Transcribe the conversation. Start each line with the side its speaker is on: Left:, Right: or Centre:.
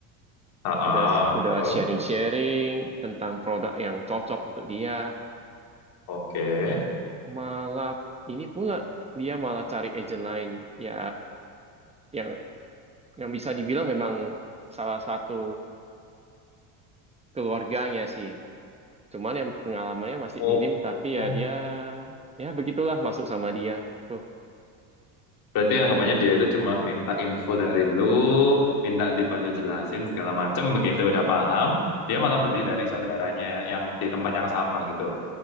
Left: Ah, ah.
Right: udah udah
Left: terus
Right: sharing-sharing tentang produk yang cocok untuk dia
Left: oke.
Right: malah ini pula dia malah cari agent lain ya yang yang bisa dibilang memang salah satu keluarganya sih cuman yang pengalamannya masih
Left: Oh,
Right: minim
Left: oh,
Right: tapi
Left: oh.
Right: ya dia ya begitulah masuk sama dia tuh
Left: Berarti anggapannya dia itu cuma minta info dari lu, minta dibantu jelasin segala macam begitu udah paham, dia malah beli dari saudaranya yang di tempat yang sama gitu.